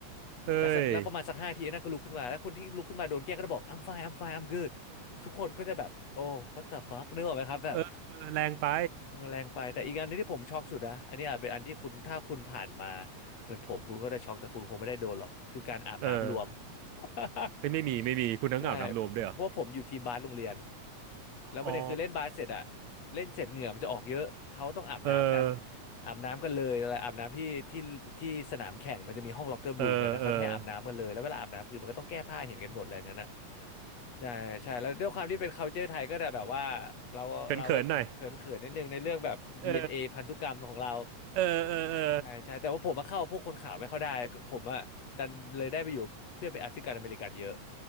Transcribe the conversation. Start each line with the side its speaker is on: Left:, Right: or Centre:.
Right: เฮ้ย
Left: แล้วสักแล้วประมาณสักห้าทีไอ้นั่นก็ลุกขึ้นมาแล้วคนที่ลุกขึ้นมาโดนแกล้งก็จะบอก I'm fine I'm fine I'm good ทุกคนก็จะแบบโอ้ what the fuck นึกออกไหมครับแบบ
Right: เออแรงไป
Left: เออแรงไปแต่อีกอันที่ผมช็อกสุดนะอันนี้อาจเป็นอันที่คุณถ้าคุณผ่านมาเหมือนผมคุณก็จะช็อกแต่คุณคงไม่ได้โดนหรอกคือการอาบน้ำรวม
Right: เออ
Left: <laughs>
Right: เฮ้ยไม่มีไม่มีคุณน้ำเหงาน้ำรวมด้วยเหรอ
Left: ใช่เพราะผมอยู่ทีมบาสโรงเรียนแล้วประเด็นคือเล่นบาสเสร็จอะ
Right: อ๋อ
Left: เล่นเสร็จเหงื่อมันจะออกเยอะเขาต้องอาบน้ำกัน
Right: เออ
Left: อาบน้ำกันเลยอะไรอาบน้ำที่ที่ที่สนามแข่งมันจะมีห้องล็อกเกอร์รูมเลยนะเขาจะให้อาบน้ำกันเลยแล้วเวลาอาบน้ำคือมันก็ต้องแก้ผ้าเห็นกันหมดอะไรอย่างนั้นอะ
Right: เออเออ
Left: ใช่ใช่แล้วด้วยความที่เป็น culture ไทยก็จะแบบว่าเราเราก็
Right: <laughs> เขินๆหน่อย
Left: เขินเขินนิดนึงในเรื่องแบบ
Right: เออ
Left: DNA พันธุกรรมของเรา
Right: เออเออเออ
Left: ใช่ใช่แต่ว่าผมมาเข้าพวกคนขาวไม่เข้าได้ผมอะดันเลยได้ไปอยู่เพื่อนเป็นแอฟริกันอเมริกันเยอะ